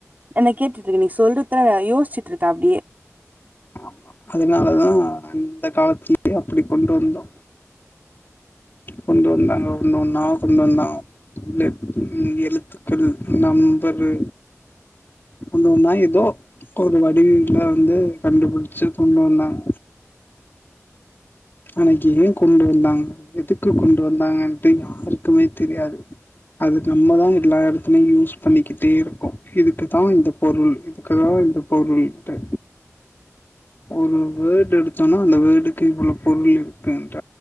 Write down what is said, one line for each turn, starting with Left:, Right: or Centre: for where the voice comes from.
Right: என்ன கேட்டுட்ருக்கே நீ சொல்றதா நா யோசிச்ட்டு இருக்கே அப்டியே
Left: ஆமா அதனாலதா அந்த காலத்திலயே அப்டி கொண்டு வந்தோ கொண்டு வந்தாங்க ஒன்னு ஒன்னா கொண்டு வந்தாங் லெப் ன் எழுத்துக்கள் நம்பரு ஒன்னு ஒன்னா எதோ ஒரு வடிவில வந்து கண்டுபுடிச்சு கொண்டு வந்தாங்க ஆனா ஏ கொண்டு வந்தாங்க எதுக்கு கொண்டு வந்தாங்கன்டு யாருக்குமே தெரியாது அது நம்ம தா எல்லா எடத்துலையு யூஸ் பண்ணிக்கிட்டே இருக்கோ இதுக்குதா இந்த பொருள் இதுக்குதா இந்த பொருள் ட்டு ஒரு வேடு எடுத்தோனா அந்த வேடுக்கு இவ்ளோ பொருள் இருக்குன்ற